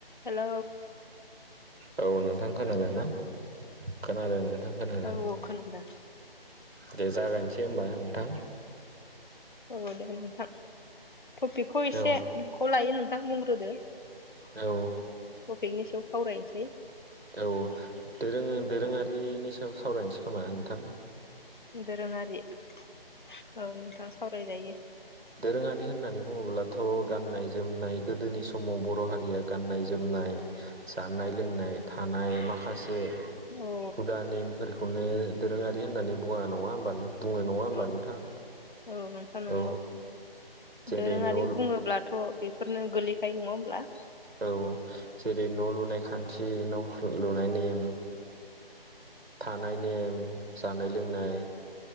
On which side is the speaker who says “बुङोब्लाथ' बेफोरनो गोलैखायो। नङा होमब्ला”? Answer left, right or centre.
Left